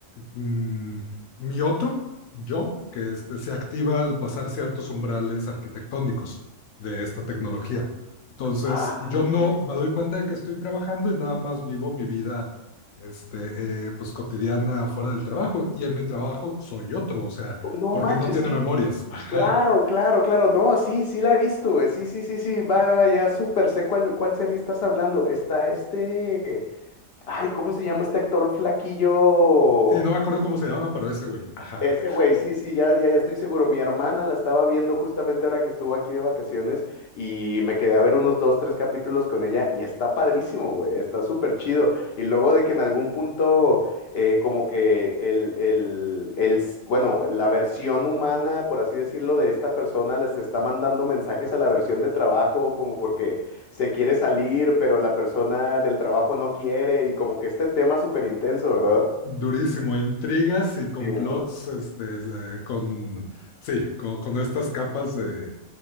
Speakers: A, on the left; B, on the left.
A: mm, mi otro, yo, que este, se activa al pasar ciertos umbrales arquitectónicos de esta tecnología. Entonces,
B: Ah,
A: yo no me doy cuenta de que estoy trabajando y nada más vivo mi vida este, eh, pues cotidiana fuera del trabajo. Y en mi trabajo soy otro, o sea,
B: no
A: porque
B: manches,
A: no tiene
B: sí.
A: memorias. Ajá.
B: Claro, claro, claro. No, sí, sí la he visto. güey. Sí, sí, sí, sí. Va, va, va, ya súper sé cuál, cuál serie estás hablando. Está este. Ay, ¿cómo se llama este actor flaquillo?
A: Sí, no me acuerdo cómo se llama, pero ese güey. Ajá.
B: Ese güey, sí, sí, ya, ya, ya estoy seguro. Mi hermana la estaba viendo justamente ahora que estuvo aquí de vacaciones y me quedé a ver unos dos, tres capítulos con ella y está padrísimo, güey, está súper chido. Y luego de que en algún punto, eh, como que el, el, el, s- bueno, la versión humana, por así decirlo, de esta persona les está mandando mensajes a la versión de trabajo, como porque se quiere salir, pero la persona del trabajo no quiere y como que este tema súper intenso, ¿verdad?
A: Durísimo, intrigas y complots
B: Sí, mon.
A: este, de- con, sí, con, con estas capas de...